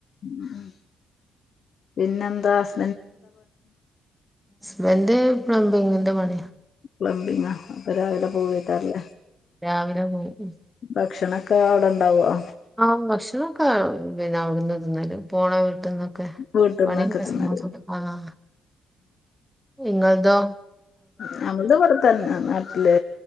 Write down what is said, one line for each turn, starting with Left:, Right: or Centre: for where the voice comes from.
Left: മ് പിന്നെന്താ സ്
Centre: ഹസ്ബൻഡ് പ്ലംബിങിന്റെ പണിയ.
Left: പ്ലംബിങ്ങ അപ്പ രാവിലെ <unintelligible>
Centre: രാവിലെ പോകും, മ്
Left: ഭക്ഷണക്കെ അവ്ടെണ്ടാവോ?
Centre: ആഹ് ഭക്ഷണൊക്കെ പിന്നെ അവ്ട്ന്ന് തിന്നല്, പോണ <unintelligible>
Left: വീട്ടിന്നൊക്കെ
Centre: പണി <unintelligible>
Left: തിന്നത്
Centre: ആഹ് ഇങ്ങൾതോ?
Left: ഞമ്മൾത് ഇവ്ട തന്നെ നാട്ട്ല്